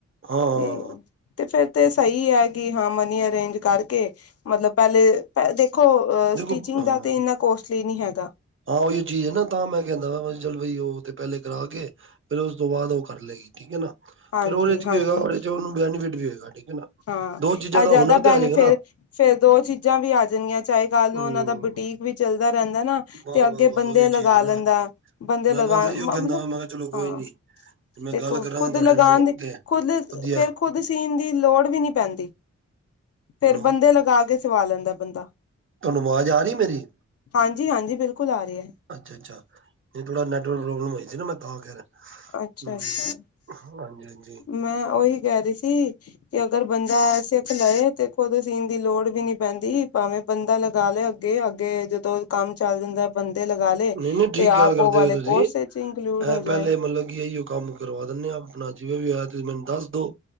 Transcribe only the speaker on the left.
ਤੇ, ਤੇ ਫੇਰ ਤੇ ਸਹੀ ਹੈ, ਕਿ ਹਾਂ ਮਨੀ ਅਰੇਂਜ ਕਰਕੇ ਮਤਲਬ ਪਹਿਲੇ, ਦੇਖੋ
ਸਟੀਚਿੰਗ
ਦਾ ਤੇ, ਇੰਨਾ ਕੋਸਟਲੀ ਨੀ ਹੈਗਾ।
ਹਾਂਜੀ
ਹਾਂਜੀ
ਹਾਂ,
ਇਹ
ਜ਼ਿਆਦਾ
ਬੈਨੇਫਿਟ,
ਫੇਰ ਦੋ ਚੀਜ਼ਾਂ ਵੀ ਆ ਜਾਣੀਆਂ, ਚਾਹੇ। ਕਲ ਨੂੰ
ਉਹਨਾਂ ਦਾ, ਬੁਟੀਕ ਵੀ ਚੱਲਦਾ ਰਹਿੰਦਾ ਨਾ,
ਤੇ ਅੱਗੇ
ਬੰਦੇ
ਲਗਾ
ਲੈਂਦਾ। ਬੰਦੇ,
ਲਗਾ
ਮਤਲਬ
ਹਾਂ।
ਦੇਖੋ,
ਖੁਦ
ਲਗਾਉਣ
ਦੇ
ਖੁਦ
ਫੇਰ ਖੁਦ ਸੀਣ ਦੀ ਲੋੜ ਵੀ ਨੀ ਪੈਂਦੀ,
ਫਿਰ ਬੰਦੇ ਲਗਾ ਕੇ ਸਵਾ ਲੈਂਦਾ ਬੰਦਾ।
ਹਾਂਜੀ ਹਾਂਜੀ ਬਿਲਕੁਲ ਆ ਰਹੀ ਹੈ
ਅੱਛਾ ਅੱਛਾ
ਮੈਂ, ਉਹੀ ਕਹਿ ਰਹੀ ਸੀ। ਕਿ ਅਗਰ ਬੰਦਾ ਸਿੱਖ ਲਏ, ਤੇ ਖੁਦ ਸੀਣ ਦੀ ਲੋੜ ਵੀ ਨਹੀਂ ਪੈਂਦੀ ਭਾਵੇਂ ਬੰਦਾ ਲਗਾ ਲਏ ਅੱਗੇ, ਅੱਗੇ ਜਦੋਂ ਕੰਮ ਚੱਲ ਜਾਂਦਾ। ਬੰਦੇ ਲਗਾ ਲਏ
ਤੇ,
ਆਪ
ਉਹ ਵਾਲੇ
ਕੋਰਸ ਚ ਇੰਕਲੂਡ
ਹੋ ਜਾਏ।